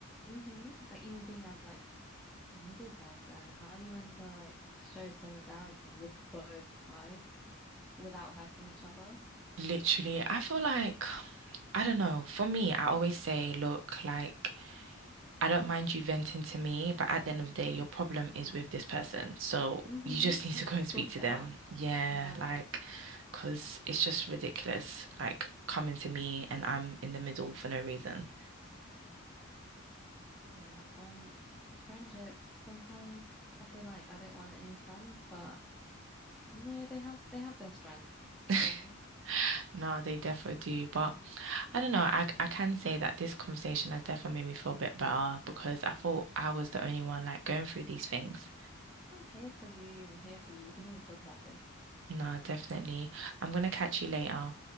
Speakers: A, in the centre; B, on the right.
A: Mm-hmm. Like even being as like the middle person, how are you meant to like show solidarity with both sides without hurting each other?
B: Literally, I feel like I don't know. For me, I always say look like I don't mind you venting to me, but at the end of the day, your problem is with this person. So
A: Mm-hmm.
B: you just need to go and
A: Sort
B: speak to
A: it
B: them.
A: out.
B: Yeah,
A: Yeah.
B: like, because it's just ridiculous, like coming to me and I'm in the middle for no reason.
A: Yeah. Um, friendships, sometimes I feel like I don't want any friends, but no, they have they have their strengths, you
B: <laughs>
A: know.
B: No, they definitely do. But I don't know. I, I can say that this conversation has definitely made me feel a bit better because I thought I was the only one like going through these things.
A: I'm here for you. I'm here for you. We can always talk about this.
B: No, definitely. I'm gonna catch you later.